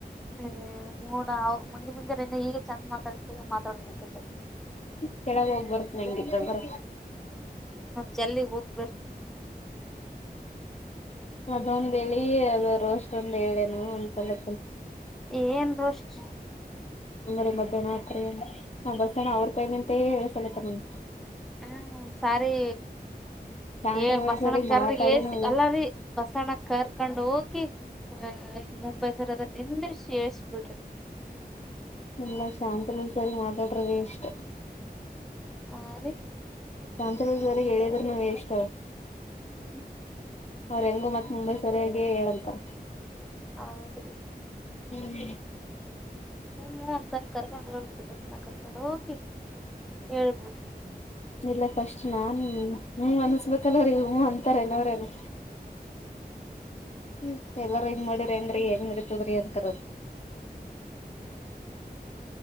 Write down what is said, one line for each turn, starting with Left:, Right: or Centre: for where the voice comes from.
Centre: ಹ್ಮ ಮೂೋಡ ಅವ ಮುಂದೆ ಮುಂಜೆ ನೆನ್ನೆ ಈಗ ಚಂದ ಮಾತಾಡತ ಈಗ ಮಾತಾಡ್ಬೇಕ
Left: ಕೆಳಗ ಹೋಗ್ ಬರ್ತ್ತ ನಂಗೆತ್ತ ಬರ
Centre: ಜಲ್ಲಿ ಹೋಗ್ ಬರ್ರಿ
Left: ಅದೊಂದ ಹೇಳಿ ಅದ ರೋಸ್ಟ್ ಒಂದ್ ಹೇಳೇನು ಅಂತಲ್ಲ
Centre: ಏನ್ ರೋಷ್ಟ
Left: ಬರಿ ಮಧ್ಯಾಹ್ನ ರಾತ್ರಿ ಹ ಬಸಣ್ಣ ಅವ್ರ ಕೈ ನಿಂತ ಹೇಳಸಲತ್ತ ನಿನ್
Centre: ಹ ಸಾರಿ
Left: ಶಾಂತಲ್
Centre: ಏ ಬಸಣ
Left: ಸರಿ
Centre: ಕರ
Left: ಮಾತಾಡಿ
Centre: ಏಸಿ
Left: ನಾವ
Centre: ಅಲ್ಲಾರಿೀ ಬಸಣ ಕರ್ಕೊಂಡು ಹೋಗಿ ಹ ಈ ಮುಂಬೈಸರ್ ಅದ್ರ ನಿಂದ್ರಷಿ ಹೇಳ್ಸ್ಬಿಡ್ರಿ
Left: ಎಲ್ಲ ಶಾಂತಲಲ್ ಸರಿ ಮಾತಾಡ್ರ ಎಷ್ಟ
Centre: ಹಾ ರೀ
Left: ತಂತ್ತ್ರದ ಜರಗೆ ಹೇಳಿಯದ್ರ ನಾವೇ ಇಷ್ಟ
Centre: ಹ್ಮ
Left: ಅವ್ರ ಹೆಂಗೋ ಮತ್ ಮುಂಬೈ ಸರಿಯಾಗಿ ಹೇಳಂತಾರ
Centre: ಹೌದ್ರೀ
Left: ಹ್ಮ್
Centre: ಹ್ಮ ಒಂದ್ಸರಿ ಕರ್ಕೊಂಡ್ ಹೋಗಬ ಬ ಸಿನ ಕರ್ಕೊಂಡು ಹೋಗಿ ಹೇಳ್ಬೇಡಿ
Left: ಇಲ್ಲ ಫಸ್ಟ್ ನಾನ್ ಹ್ಮ ಅನ್ಸ್ಬೇಕಲ್ಲವ್ರ ಇ ಅಂತಾರೇನವ್ರೇನ ಹ್ಮ ಎಲ್ಲಾರ ಹೆಂಗ್ ಮಾಡಿರಿಿ ಅಂಗ್ರೀ ಹೆಂಗ ಮಾಡತದ್ರಿ ಅಂತಾರದ <inaudible>